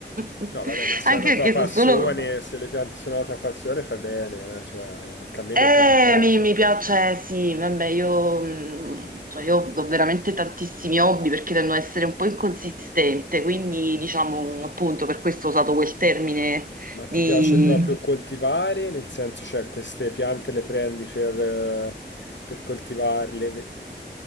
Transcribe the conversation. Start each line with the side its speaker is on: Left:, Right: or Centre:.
Right: <laughs>
Left: No, vabbè, ma se
Right: Anche
Left: è una tua
Right: perché
Left: passione,
Right: sono solo...
Left: se le piante sono una tua passione, fai bene, eh, cioè, anche a me
Right: Eh,
Left: mi è capitato.
Right: mi, mi piace, cioè, sì, vabbè, io, mh, cioè, io ho veramente tantissimi hobby perché tendo ad essere un po' inconsistente, quindi diciamo appunto per questo ho usato quel termine
Left: Ma ti
Right: di,
Left: piace proprio coltivare, nel senso, cioè, queste piante le prendi per, eh, per coltivarle?